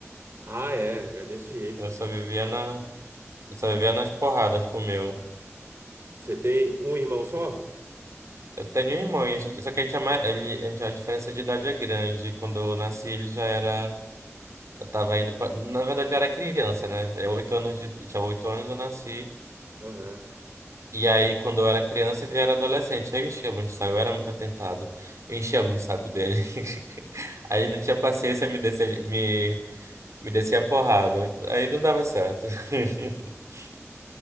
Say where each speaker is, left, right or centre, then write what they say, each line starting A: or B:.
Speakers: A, on the right; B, on the right.
A: Ah, é, é desse jeito.
B: Eu só vivia na, eu só vivia nas porradas com o meu.
A: Você tem um irmão só?
B: Eu tenho um irmão, e a gente, só que a gente é mais, ele, a gente, a diferença de idade é grande. Quando eu nasci, ele já era, eu tava indo pra, na verdade, eu era criança, né? É oito anos de, tinha oito anos eu nasci.
A: Aham.
B: E aí, quando eu era criança, ele era adolescente. Aí eu enchia muito o saco, eu era muito atentado. Eu enchia muito o saco dele. <laughs> Aí ele não tinha paciência, me descia, me, me descia a porrada. Aí não dava certo. <laughs>